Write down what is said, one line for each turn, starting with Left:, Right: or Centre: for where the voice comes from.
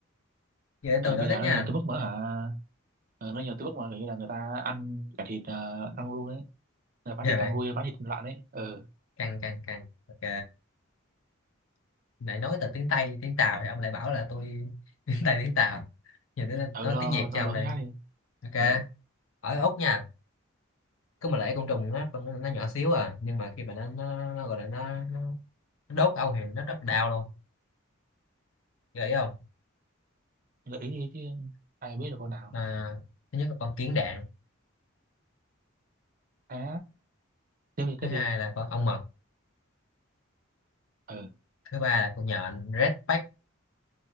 Left: vậy để
Right: ừ
Left: tôi nói
Right: bây giờ
Left: tiếp
Right: nó
Left: nha
Right: nhiều tới mức mà hả ừ, nó nhiều tới mức mà kiểu như là người ta ăn cả thịt uh, kangaroo đấy người ta bán
Left: về
Right: thịt
Left: vậy
Right: kangaroo bán thịt lợn ấy ừ
Left: căng căng căng ok nãy nói từ tiếng Tây tiếng Tàu thì ông lại bảo là tôi <laughs> tiếng Tây tiếng Tàu giờ tôi
Right: ừ
Left: nói
Right: rồi
Left: tiếng Việt
Right: rồi rồi,
Left: cho ông
Right: đồ
Left: đây
Right: thứ khác đi
Left: ok
Right: ừ
Left: ở Úc nha cứ mà lại côn trùng nó nó nhỏ xíu à nhưng mà khi mà nó nó, nó gọi là nó, nó nó đốt ông thì nó rất là đau luôn gợi không
Right: gợi ý đi chứ ai biết được con nào
Left: à, thứ nhất là con kiến đạn
Right: à tiếp đi
Left: thứ
Right: tiếp
Left: hai
Right: đi
Left: là con ong mật
Right: ừ
Left: thứ ba là con nhện redback,